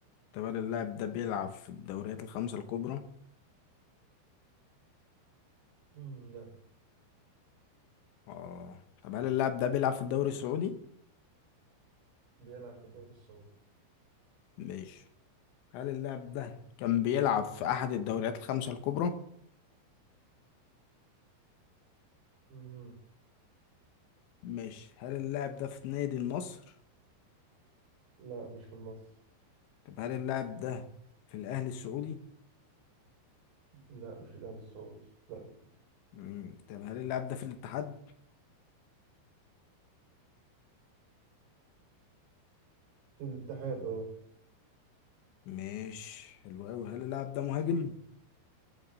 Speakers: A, on the left (about 75°); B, on the right (about 85°).
A: طب هل اللاعب ده بيلعب في الدوريات الخمسة الكبرى؟
B: مم لا
A: اه طب هل اللاعب ده بيلعب في الدوري السعودي؟
B: بيلعب في الدوري السعودي
A: ماشي هل اللاعب ده كان بيلعب في أحد الدوريات الخمسة الكبرى؟
B: امم
A: ماشي هل اللاعب ده في نادي النصر؟
B: لا مش في النصر
A: طب هل اللاعب ده في الأهلي السعودي؟
B: لا مش الأهلي السعودي لا
A: مم. طب هل اللاعب ده في الاتحاد؟
B: في الاتحاد اه
A: ماشي حلو أوي هل اللاعب ده مهاجم؟